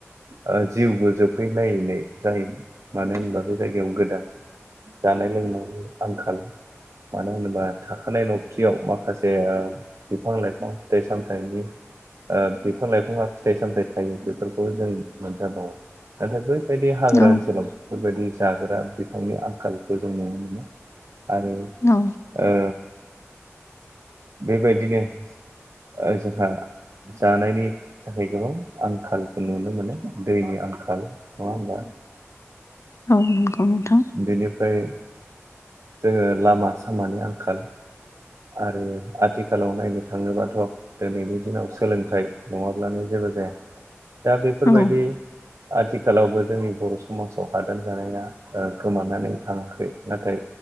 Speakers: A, on the right; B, on the left.
A: ओ जिउबो जोबहैलायनाय जायोमोन मानो होनबा बे जायगायाव गोदान जानाय-लोंनायनि आंखाल मानो होनोबा थाखानाय नबथियाव माखासे ओ बिफां-लाइफां फिथाइ-साम थाइनि ओ बिफां-लाइफाङा फिथाइ-सामथाइ थायो बेफोरखौ जों मोनजा बावो, नाथाय बै फोरबायदि हाग्रा
B: औ
A: ओनसोलाव बेफोरबायदि जाग्रा बिफांनि आंखालखौ जों नुनो मोनो आरो
B: औ
A: ओ बेबायदिनो ओ जोंहा जानायनि थाखाय गोबां आंखालखौ नुनो मोनो दैनि आंखाल नङा होमबा?
B: औ नंगौ नोंथां
A: बेनिफ्राय जोङो लामा-सामानि आंखाल आरो आथिखालाव नायनो थाङोबाथ' दोनैनि दिनाव सोलोंथाइ नङाब्लानो जेबो जाया दा बेफोरबायदि
B: औ
A: आथिखालावबो जोंनि बर' समाजाव हादान जानाया ओ गोमानानै थाङाखै नाथाय